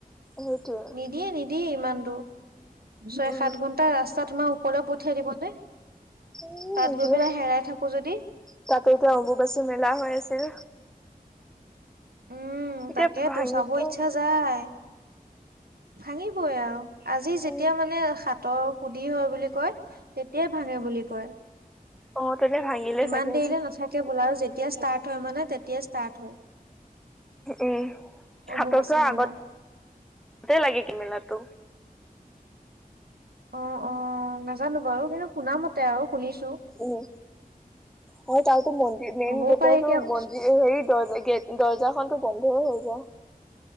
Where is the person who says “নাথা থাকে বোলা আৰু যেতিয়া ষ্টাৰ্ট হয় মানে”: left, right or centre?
Right